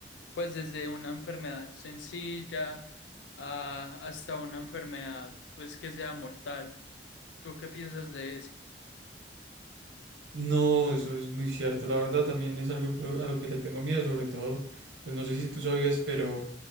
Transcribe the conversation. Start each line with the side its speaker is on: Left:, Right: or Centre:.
Left: Pues desde una enfermedad sencilla a- hasta una enfermedad, pues, que sea mortal. ¿Tú qué piensas de eso?
Right: No, eso es muy cierto. La verdad también es algo que- a lo que le tengo miedo, sobre todo, pues no sé si tú sabías, pero